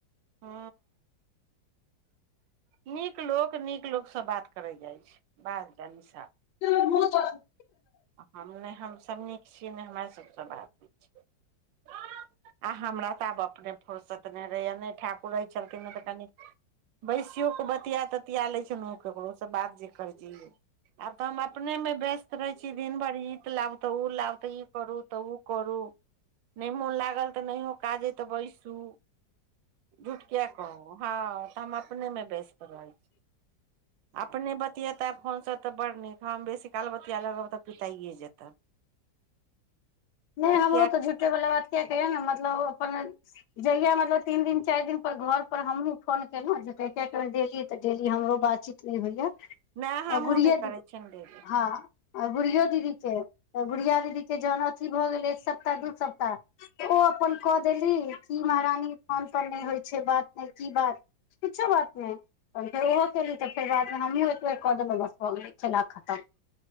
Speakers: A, on the right; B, on the left.
A: हु नीक लोक नीक लोक सँ बात करै जाई छै बात जानि साफ
B: त बहुत <unintelligible>
A: हम नै हम सभ नीक छीयै नै हमरा सभसँ बात होइ छै आ हमरा तऽ आब अपने फुरसत नै रहैया नै ठाकुर रहै छलखिन तऽ कनि बैसियो क बतिया ततिया लै छौ केकरो सँ बात जे आब तऽ हम अपने मे व्यस्त रहै कि दिन भरि ईत लाब तऽ ओ लाब तऽ ई करू तऽ ओ करू नै मोन लागल तऽ नहियो काज अय तऽ बैसू झूठ किया कहू हँ तऽ हम अपने मे व्यस रहै छै अपने बतियेता फोन सँ तऽ बड़ नीक हम बेसी काल बतिया लगब तऽ पिताइये जेता
B: नै हमरो
A: किया
B: तऽ झुटे वाला बात किया कहैन मतलब ओ अपन जहिया मतलब तीन दिन चारि दिन पर घर पर हमहुँ फोन केलहुँं झूठे के डेली तऽ डेली हमरो बातचीत ई होइ या
A: नहि हमहुँ
B: आ गुड़ियों
A: नहि करै
B: दीदी
A: छियनि डेली
B: हँ आ गुड़ियो दीदी के तऽ गुड़िया दीदी के जहन अथि भऽ गेलै एक सप्ताह दू सप्ताह ओ अपन कऽ देली कि महारानी फोन तौन नहि होइत छै बात नै की बात किछो बात नै फेर ओहो केली तऽ फेर बादमे हमहूँ एक बेेर कऽ देबै बस भऽ गेल च खतम